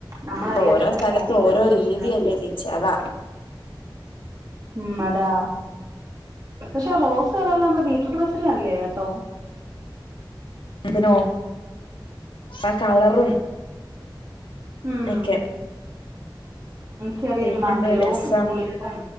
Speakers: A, on the right; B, on the left.
A: നമ്മളറിയാത്ത
B: ഓരോ
A: എന്തൊക്കെ
B: സ്ഥലത്തും
A: കാര്യങ്ങൾ
B: ഓരോ
A: കിടക്കുന്നു
B: രീതിയല്ലേ ചേച്ചി അതാ
A: ഉ അതാ പക്ഷെ റോസുകളെല്ലാം നമ്മുടെ ബീറ്റ്റൂട്ട് പച്ചടി അല്ലേ കേട്ടോ
B: അതിനോ ആ കളറും
A: ഉം
B: ഓക്കെ
A: ചെറിയൊരു
B: പിന്നെന്തോ
A: മധുരവും
B: രസം
A: പുളിപ്പും